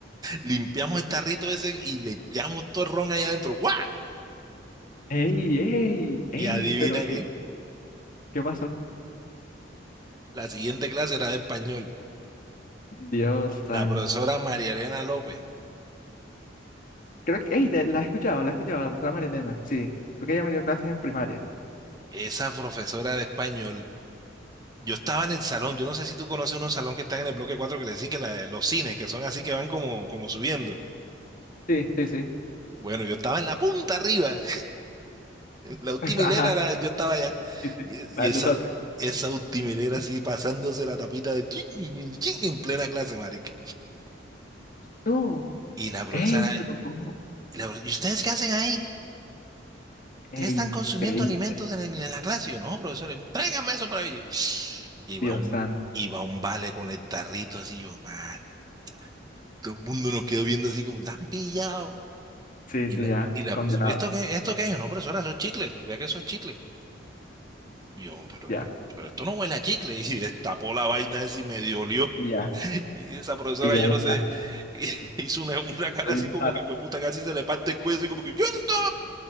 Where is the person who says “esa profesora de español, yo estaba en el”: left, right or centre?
Right